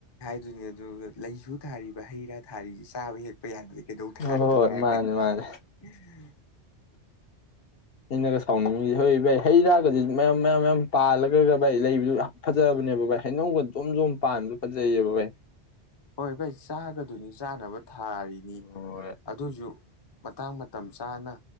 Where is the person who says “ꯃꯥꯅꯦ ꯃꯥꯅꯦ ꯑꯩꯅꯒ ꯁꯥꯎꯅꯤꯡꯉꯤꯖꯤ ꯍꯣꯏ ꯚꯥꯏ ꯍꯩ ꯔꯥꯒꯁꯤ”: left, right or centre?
Left